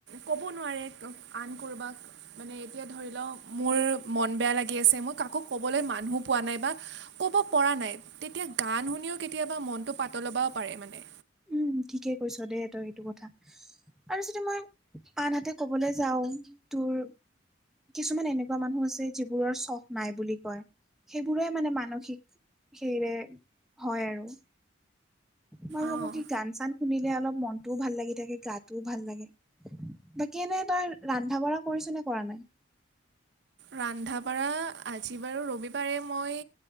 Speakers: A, on the right; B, in the centre.
A: ক'ব নোৱাৰে আন কৰ'বাক মানে এতিয়া ধৰিল মোৰ মন বেয়া লাগি আছে মই কাকো ক'বলে মানুহ পোৱা নাই বা ক'ব পৰা নাই তেতিয়া গান শুনিও কেতিয়াবা মনটো পাতল ল'বাও পাৰে মানে
B: উম ঠিকে কৈছ দেই তই সেইটো কথা আৰু যদি মই আনহাতে ক'বলৈ যাওঁ তোৰ কিছুমান এনেকুৱা মানুহ আছে যিবোৰৰ চখ নাই বুলি কয় সেইবোৰেই মানে মানসিক সেইয়ে হয় আৰু মই ভাবো
A: অঁ
B: কি গান চান শুনিলে অলপ মনটোও ভাল লাগি থাকে গাটোও ভাল লাগে ব কেনে তাৰ ৰন্ধা বঢ়া কৰিছ নে কৰা নাই
A: ৰন্ধা বঢ়া আজি বাৰু ৰবিবাৰে মই